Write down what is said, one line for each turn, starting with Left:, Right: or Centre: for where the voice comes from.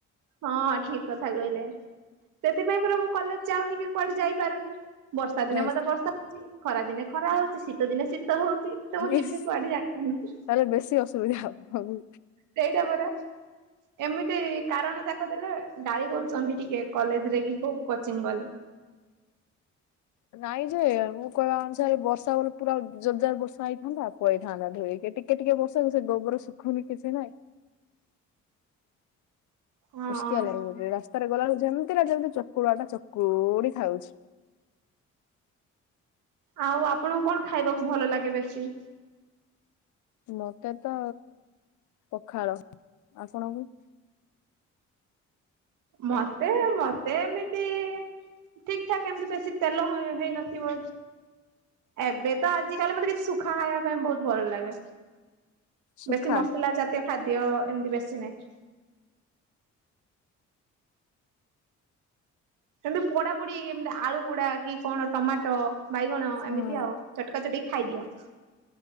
Right: ହଁ ଠିକ କଥା କହିଲେ, ସେଥିପାଇଁ ପରା ମୁଁ କଲେଜ ଯାଉନି କି କୁଆଡେ ଯାଇପାରୁନି। ବର୍ଷା ଦିନେ
Left: ନାଇଁ
Right: ମତେ ବର୍ଷା ହଉଛି, ଖରା ଦିନେ ଖରା ହଉଛି, ଶୀତ ଦିନ ଶୀତ ତ ହଉଛି ତ ମୁଁ ଯିବି
Left: ଇସ୍
Right: କୁଆଡେ ଜାଣିିପାରୁନି।
Left: ତାହେଲେ ବେଶୀ ଅସୁବିଧା ହବ ହଉ।
Right: ସେଇଟା ପରା ଏମିତି କାରଣ ଯାକ କଦେଲେ ଗାଳି କରୁଛନ୍ତି ଟିକେ କଲେଜରେ କି ହୋକ୍ କୋଚିଂ ଗଲେ।
Left: ନାଇଁ ଯେ ମୁଁ କହିବା ଅନୁସାରେ ବର୍ଷା ବଲେ ପୁରା ଜୋରଜାର ବର୍ଷା ହେଇଥାନ୍ତା ପଳେଇଥାନ୍ତା ଧୋଇ ହେଇକି ଟି କେ ଟିକେ ବର୍ଷାରେ ସେ ଗୋବର ଶୁଖୁନି କି କିଛି ନାଇଁ
Right: ହଁ
Left: ଉୁସ୍କିଆ ଲାଗିବ ଖାଲି ରାସ୍ତାରେ ଗଲା ବେଳୁ ଯେମିତି ନା ଯେମିତି ଚକୁଳାଟା ଚକୁଡି ଖାଉଛି।
Right: ଆଉ ଆପଣଙ୍କୁ କଣ ଖାଇବାକୁ ଭଲ ଲାଗେ ବେଶୀ?
Left: ମତେ ତ ପଖାଳ। ଆପଣ ଙ୍କୁ?
Right: ମତେ ମତେ ଏମିତି ଠିକ ଠାକ ଏମିତି ବେଶୀ ତେଲ ହେଇନଥିବ ଏବେ ତ ଆଜି କାଲି ମତେ କିଛି ସୁ ଖାଇବା ପାଇଁ ବହୁତ ଭଲ ଲାଗେ।
Left: ସୁଖା
Right: ବେଶୀ ମସଲା ଜା ଜାତୀୟ ଖାଦ୍ୟ ଏମିତି ବେଶୀ ନାହିଁ। ଏମିତି ପୋଡାପୋଡି ଏମତି ଆଳୁ ପୋଡା କି କଣ ଟମାଟ ବାଇଗଣ
Left: ହଁ
Right: ଏମିତି ଆଉ। ଚଟକା ଚଟିକି ଖାଇଦିଅ।